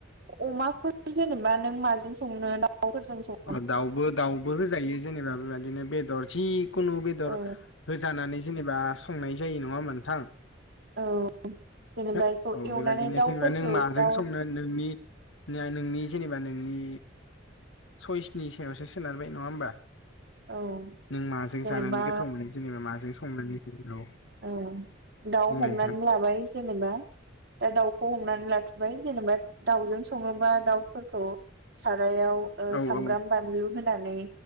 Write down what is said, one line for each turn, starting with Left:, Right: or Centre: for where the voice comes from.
Right: अमाफोर जेनोबा नों माजों संनो दाउफोरजों संनो
Left: ओ दाउबो दाउबो होजायो जेनोबा बेबादिनो बेदर जि खुनु बेदर
Right: औ
Left: होजानानै जेनोबा संनाय जायो नङा नोंथां
Right: औ जेनेबा
Left: औ
Right: बेखौ एवनानै
Left: बेबायदिनो
Right: दाउफोरखौ
Left: जेनोबा नों माजों
Right: दाउ
Left: संनो नोंनि नोंनि जेनोबा नोंनि सयसनि सायावसो सोनारबाय नङा होमबा
Right: औ
Left: नों माजों
Right: जेनेबा
Left: जानानै गोथाव मोनो जेनेबा माजों संनानै औ
Right: औ दाउ
Left: बुंलाय
Right: हमनानै
Left: नोंथां
Right: लाबाय जेनोबा दा दावखौ हमनानै लाबाय जेनोबा दाउजों सङोबा दाउफोरखौ सारायाव ओ
Left: औ
Right: सामब्राम
Left: औ
Right: बानलु होनानै